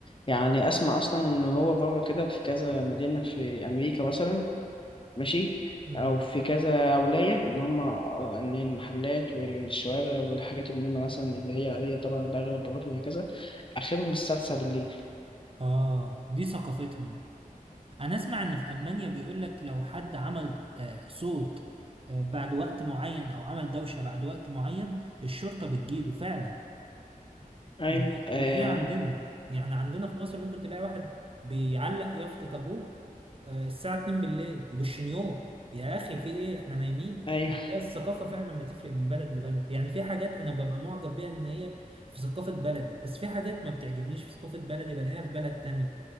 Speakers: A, on the left; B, on the right.
A: يعني اسمع اصلا ان هو بره كده في كذا مدينة في امريكا مثلا ماشي
B: مم.
A: او في كذا ولايه ان هم ان المحلات والشوارع والحاجات المهمه مثلا اللي هي العاديه طبعا بقى غير البلاط وهكذا اخرهم الساعه 9 بالليل
B: اه دي ثقافتهم انا اسمع ان في المانيا بيقول لك لو حد عمل آه، صوت آه، بعد وقت معين او عمل دوشة بعد وقت معين الشرطة بتجيله فعلا
A: ايوه
B: مش ده
A: آه
B: مش ده عندنا يعني عندنا في مصر ممكن تلاقي واحد بيعلق يافطة ابوه آه، الساعة 2 بالليل وبالشنيور يا اخي في ايه احنا نايمين
A: ايوه
B: لا الثقافة فعلا بتفرق من بلد لبلد يعني في حاجات انا ببقى معجب بيها ان هي في ثقافة بلدي بس في حاجات ما بتعجبنيش في ثقافة بلدي بلاقيها في بلد تانية